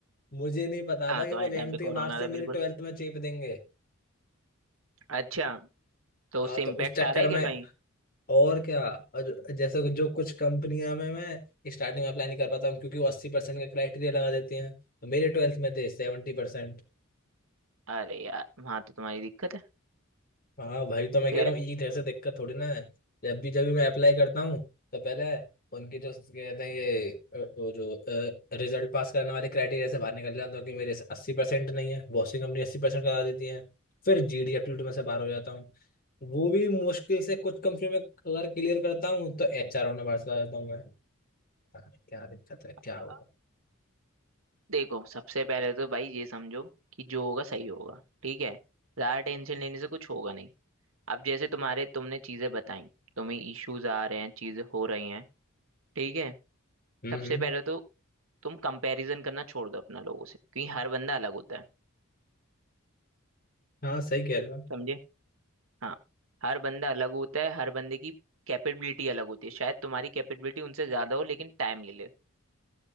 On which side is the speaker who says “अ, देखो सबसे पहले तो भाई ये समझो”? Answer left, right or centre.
Right